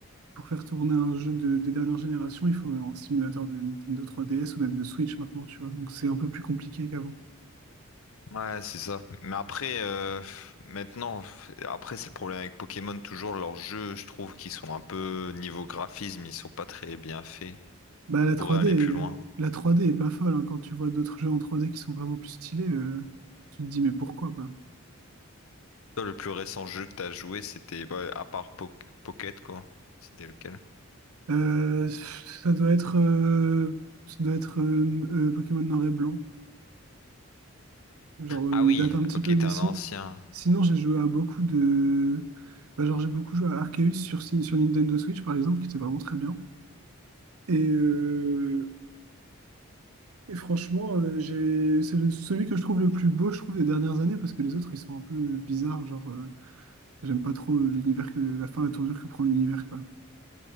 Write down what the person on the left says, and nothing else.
Ouais, c'est ça. Mais après, euh, maintenant, après, c'est le problème avec Pokémon, toujours leurs jeux, je trouve qu'ils sont un peu, niveau graphisme, ils sont pas très bien faits. Ils
pourraient
aller
plus loin.
Toi, le plus récent jeu que t'as joué, c'était, bah, à part Po- Pocket, quoi. C'était lequel?
Ah oui,
ok,
t'es un
ancien.